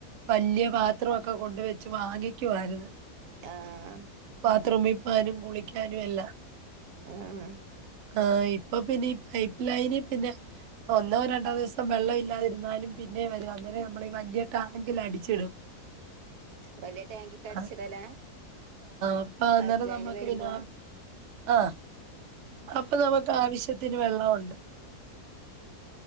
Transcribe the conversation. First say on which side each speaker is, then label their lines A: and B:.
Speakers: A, on the right; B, on the right.
A: വല്യ പാത്രവൊക് ക്കൊ കൊണ്ട് വെച്ച് വാങ്ങിക്കുവാര്ന്നു
B: ആഹ്
A: ബാത്രൂമി പോവാനും കുളിക്കാനു എല്ലാം
B: ആഹ്
A: ആഹ ഇപ്പൊ പിന്നെ ഈ പൈപ്പ് ലൈന് പിന്നെ ഒന്നോ രണ്ടോ ദിവസം വെള്ളം ഇല്ലാതിര്ന്നാലും പിന്നേം വരും അന്നേരം നമ്മളി ഈ വലിയ ടാങ്കിൽ അടിച്ചിടും
B: വലിയ ടാങ്ക്ക്കെ അടിച്ചിടലാ
A: ആഹ അപ്പൊ അന്നേരം
B: പൈപ്പ് ലൈന്
A: നമ്മക്ക്
B: വരുമ്പോ
A: പിന്നെ ആഹ അപ്പൊ നമുക്ക് ആവശ്യത്തിന് വെള്ളമുണ്ട്